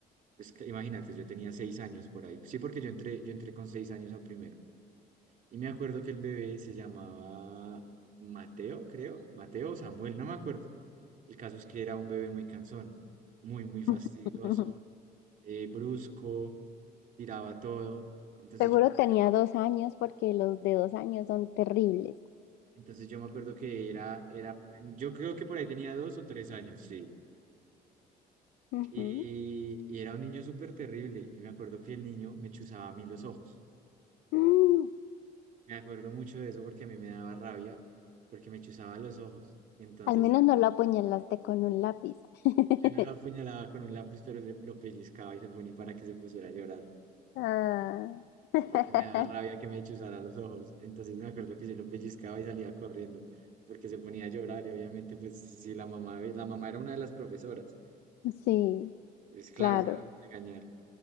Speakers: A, on the right (about 50°); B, on the left (about 80°).
A: pues que- imagínate, yo tenía seis años por ahí. Sí, porque yo entré, yo entré con seis años a primero. Y me acuerdo que el bebé se llamaba Mateo, creo. Mateo o Samuel, no me acuerdo. El caso es que era un bebé muy cansón, muy, muy fastidioso,
B: <laughs>
A: eh, brusco, tiraba todo. Entonces
B: Seguro
A: yo,
B: tenía dos años porque los de dos años son terribles.
A: entonces yo me acuerdo que era, era, yo creo que por ahí tenía dos o tres años, sí.
B: Ujú.
A: Y, y era un niño súper terrible. Y me acuerdo que el niño me chuzaba a mí los ojos.
B: Mm,
A: Me acuerdo mucho de eso porque a mí me daba rabia, porque me chuzaba los ojos. Entonces,
B: Al menos no lo apuñalaste con un lápiz. <laughs>
A: yo no lo apuñalaba con un lápiz, pero le, lo pellizcaba y se ponía para que se pusiera a llorar,
B: Ah. <laughs>
A: porque me daba rabia que me chuzara los ojos. Entonces, me acuerdo que yo lo pellizcaba y salía corriendo, porque se ponía a llorar. Y obviamente, pues, si, si la mamá, ve- la mamá era una de las profesoras,
B: Sí,
A: pues claro,
B: claro,
A: me iban a regañar.